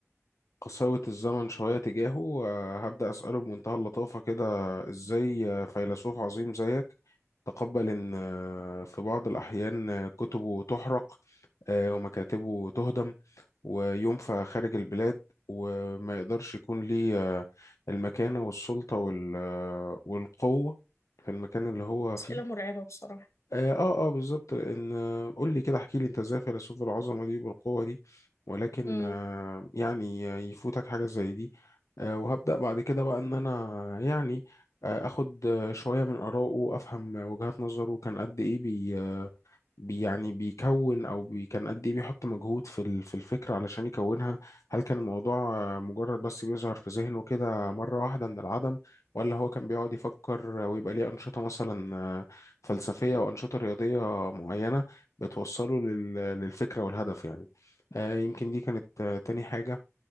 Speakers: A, on the left (about 85°); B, on the left (about 70°).
A: قساوة الزمن شوية تجاهه وهبدأ أسأله بمنتهى اللطافة كده إزاي فيلسوف عظيم زيك تقبل إن آه، في بعض الأحيان آه، كتبه تحرق آه، ومكاتبه تهدم وينفى خارج البلاد وما يقدرش يكون ليه آه، المكانة والسلطة وال- آه، والقوة في المكان اللي هو
B: أسئلة
A: فيه
B: مرعبة بصراحة
A: اه اه آه، بالظبط ان آه، قول لي كده احكي لي انت ازاي فيلسوف العظمه دي بالقوه دي ولكن
B: امم
A: آه يعني آه، يفوتك حاجه زي دي آه وهبدا بعد كده بقى ان انا يعني آه اخد آه، شويه من اراءه وافهم وجهات نظره كان قد ايه بي آه، بي- يعني بيكون او بي كان قد ايه بيحط مجهود في ال- في الفكره علشان يكونها هل كان الموضوع آه، مجرد بس بيظهر في ذهنه كده مره واحده من العدم ولا هو كان بيقعد يفكر ويبقى ليه انشطه مثلا آه، فلسفيه وانشطه رياضيه معينه بتوصله لل- للفكره والهدف يعني آه، يمكن دي كانت آه، تاني حاجه